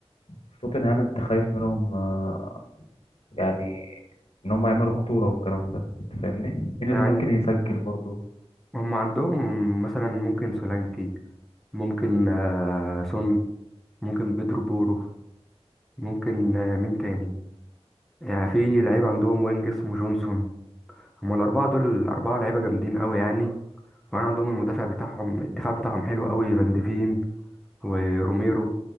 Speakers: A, on the left; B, in the centre.
A: في توتنهام انت خايف منهم آه، يعني ان هم يعملوا خطوره والكلام ده أنت فاهمني مين اللي
B: يعني
A: ممكن يسجل برضو
B: هم عندهم مثلا ممكن سولانكي ممكن آه، سون ممكن بيدرو بورو ممكن آه، مين تاني يعني في لعيب عندهم وينج اسمه جونسون هم الأربعة دول الأربعة لعيبة جامدين قوي يعني وكمان عندهم المدافع بتاعهم الدفاع بتاعهم حلو قوي فان ديفين وروميرو